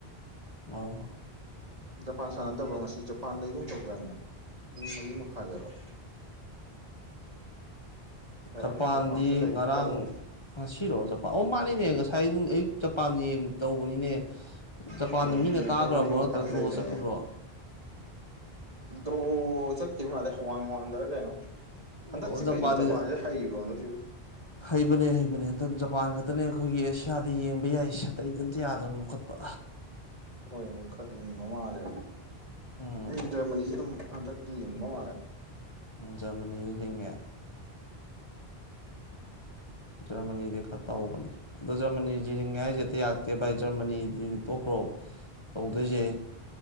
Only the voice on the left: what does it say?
ꯑꯣ
ꯖꯄꯥꯟꯗꯤ
ꯉꯔꯥꯡ
ꯉꯁꯤꯔꯣ ꯖꯄꯥꯟ ꯑꯣ ꯃꯥꯅꯤꯅꯦ ꯉꯁꯥꯏ ꯑꯌꯨꯛ ꯖꯄꯥꯟ ꯌꯦꯡ ꯇꯧꯕꯅꯤꯅꯦ ꯖꯄꯥꯟꯗꯣ
ꯃꯤꯅ ꯀꯥꯈ꯭ꯔꯕ꯭ꯔꯣ
ꯅꯠꯇ꯭ꯔ ꯗ꯭ꯔꯣ
ꯆꯠꯈꯤꯕ꯭ꯔꯣ
ꯑꯣ ꯖꯄꯥꯟꯗꯤ
ꯍꯩꯕꯅꯦ ꯍꯩꯕꯅꯦ ꯍꯟꯗꯛ ꯖꯄꯥꯟ ꯈꯛꯇꯅꯦ ꯑꯩꯈꯣꯏꯒꯤ ꯑꯦꯁꯤꯌꯥꯗ ꯌꯦꯡꯕ ꯌꯥꯔꯤꯁꯦ ꯑꯇꯩꯗꯤ ꯑꯝꯇ ꯌꯥꯗ꯭ꯔꯕꯅꯤ ꯂꯧꯈꯠꯄ
ꯎꯝ
ꯎꯝ ꯖꯔꯃꯅꯤꯁꯨ ꯂꯤꯡꯉꯦ ꯖꯔꯃꯅꯤꯗꯤ ꯈꯔ ꯇꯧꯕꯅꯦ ꯑꯗꯣ ꯖꯔꯃꯅꯤ ꯅꯤꯡꯉꯦ ꯍꯥꯏꯔꯤꯁꯦ ꯍꯦꯛꯇ ꯌꯥꯔꯛꯇꯦ ꯚꯥꯏ ꯖꯔꯃꯅꯤꯗꯤ ꯇꯣꯛꯈ꯭ꯔꯣ ꯇꯧꯗꯣꯏꯁꯦ